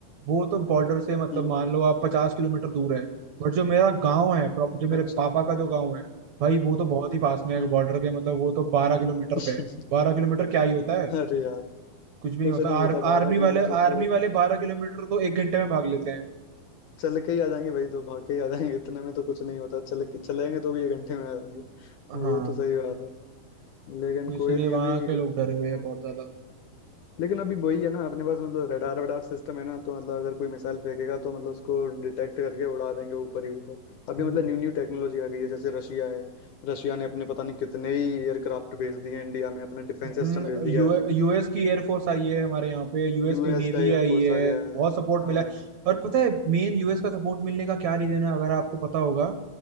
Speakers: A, on the right (about 75°); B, on the left (about 75°).
A: वो तो बॉर्डर से मतलब
B: हम्म
A: मान लो आप पचास किलोमीटर दूर है बट जो मेरा गांव है प्रॉप- जो मेरे
B: अच्छा
A: पापा का जो गांव है भाई वो तो बहुत ही पास में है
B: हम्म
A: बॉर्डर के मतलब वो तो बारह किलोमीटर
B: <laughs>
A: पे है बारह किलोमीटर क्या ही होता है
B: अरे यार
A: कुछ भी नहीं
B: कुछ
A: होता
B: नहीं
A: आर,
B: होता
A: आर्मी
B: बारह किलोमीटर
A: वाले आर्मी
B: तो
A: वाले बारह किलोमीटर तो एक घंटे में भाग लेते हैं
B: चल के ही आ जाएंगे भाई तो भाग के ही आ जाएंगे इतने में तो कुछ नहीं होता चल के चलेंगे तो भी एक घंटे में आ जाएंगे वो
A: हाँ
B: तो सही बात है लेकिन
A: तो इसलिए
B: कोई नहीं
A: वहाँ
B: अभी
A: के लोग डरे हुए हैं
B: हम्म,
A: बहुत ज्यादा
B: लेकिन अभी वही है ना अपने पास मतलब रडार वडार सिस्टम है ना तो मतलब अगर कोई मिसाइल फेंकेगा तो मतलब उसको डिटेक्ट करके उड़ा देंगे ऊपर ही ऊपर अभी
A: हम्म,
B: मतलब न्यू न्यू टेक्नोलॉजी आ गई है जैसे रशिया है रशिया ने अपने पता नहीं कितने ही एयरक्राफ्ट भेज दिए हैं इंडिया में अपने डिफेंस
A: हम्म
B: सिस्टम भेज दिया
A: यू
B: है
A: यूएस की एयरफोर्स आई है हमारे यहाँ पे यूएस
B: यूएस
A: की नेवी
B: का एयरफोर्स
A: आई है
B: आ गया
A: बहुत
B: है
A: सपोर्ट
B: हाँ
A: मिला है और पता है मेन यूएस का सपोर्ट मिलने का क्या रीजन है अगर आपको पता होगा